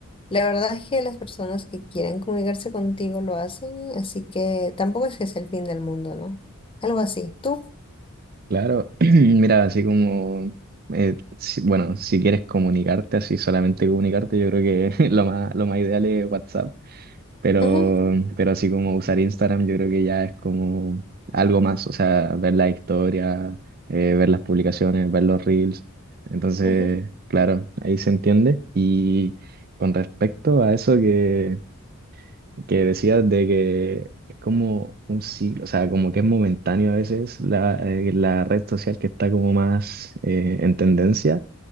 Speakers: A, on the left; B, on the right.
A: la verdad es que las personas que quieren comunicarse contigo lo hacen, así que tampoco es que sea el fin del mundo, ¿no? Algo así. ¿Tú?
B: Claro, <clears throat> mira, así como, eh, si- bueno, si quieres comunicarte, así solamente comunicarte, yo creo que <laughs> lo más, lo más ideal es WhatsApp Pero,
A: Ujú,
B: pero así como usar Instagram, yo creo que ya es como algo más, o sea, ver la historia, eh, ver las publicaciones, ver los reels. Entonces,
A: ujú,
B: claro, ahí se entiende. Y con respecto a eso que, que decías de que es como un ciclo, o sea, como que es momentáneo a veces la, eh, la red social que está como más eh, en tendencia.